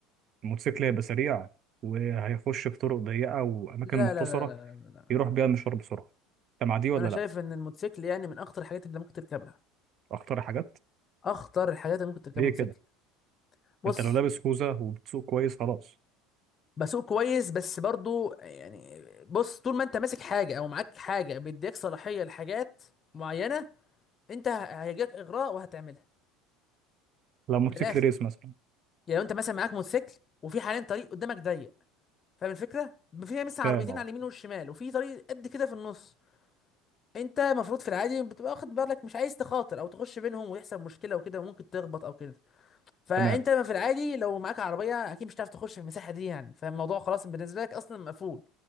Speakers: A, on the right (about 40°); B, on the left (about 30°).
A: الموتوسيكل هيبقى سريع وهيخش في طرق ضيقه واماكن
B: لا
A: مختصره
B: لا لا لا لا, لا.
A: يروح بيها المشوار بسرعه انت مع دي ولا
B: انا شايف
A: لا
B: ان الموتوسيكل يعني من اخطر الحاجات اللي ممكن تركبها
A: اختار حاجات
B: اخطر الحاجات اللي ممكن تركبها
A: ليه
B: موتوسيكل
A: كده
B: بص
A: انت لو لابس خوذه وبتسوق كويس خلاص
B: بسوق كويس بس برضو يعني بص طول ما انت ماسك حاجه او معاك حاجه بيديك صلاحيه لحاجات معينه انت ه- هيجيك اغراء وهتعملها
A: لو موتوسيكل
B: من الاخر
A: ريس مثلا
B: يعني لو انت مثلا معاك موتوسيكل وفي حاليا طريق قدامك ضيق فاهم الفكره فيها مثل عربيتين
A: فاهم اه
B: على اليمين والشمال وفي طريق قد كده في النص انت المفروض في العادي بتبقى واخد بالك مش عايز تخاطر او تخش بينهم ويحصل مشكله وكده وممكن تخبط او كده فانت
A: تمام
B: في العادي لو معاك عربيه اكيد مش هتعرف تخش في المساحه دي يعني فالموضوع خلاص بالنسبه لك اصلا مقفول